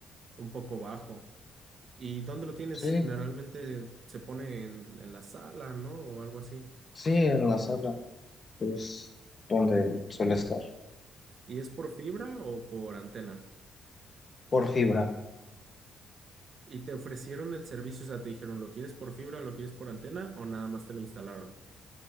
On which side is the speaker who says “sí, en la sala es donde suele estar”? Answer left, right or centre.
Left